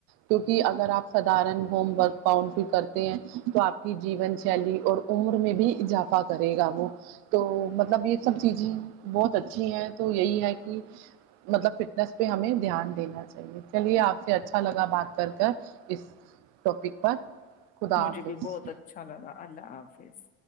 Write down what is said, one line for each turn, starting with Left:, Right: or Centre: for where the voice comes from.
Right: کیوںکہ اگر آپ سدارن ہومورک پاؤن کرتے ہیں تو آپ کی جیون شیلی اور عمر میں بھی اضافہ کرے گا وہ تو مطلب
Left: بالکل
Right: یہ سب چیزیں ہیں بہت اچھی ہے تو یہی ہے کہ مطلب فٹنیس پہ ہمیں دھیان دینا چاہیے چلیے آپ سے اچھا لگا بات کر کر اس ٹاپک پر خدا
Left: مجھے
Right: حافظ
Left: بھی بہت اچھا لگا اللہ حافظ